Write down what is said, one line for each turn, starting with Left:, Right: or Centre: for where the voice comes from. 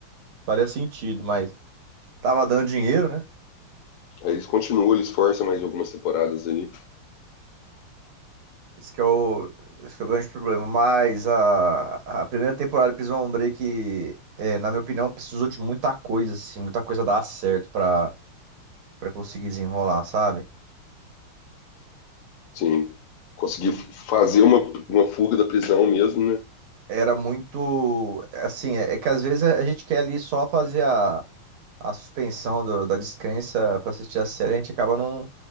Right: Faria sentido, mas tava dando dinheiro, né?
Left: Aí eles continuam, eles forçam mais algumas temporadas ali.
Right: Esse que é o, esse que é o grande problema. Mas a, a primeira temporada de Prison Break, é, na minha opinião, precisou de muita coisa, assim, muita coisa dar certo pra, pra conseguir desenrolar, sabe?
Left: Sim, conseguir fazer uma, uma fuga da prisão mesmo, né?
Right: Era muito. Assim, é, é que às vezes a gente quer ali só fazer a, a suspensão do- da descrença pra assistir a série, a gente acaba não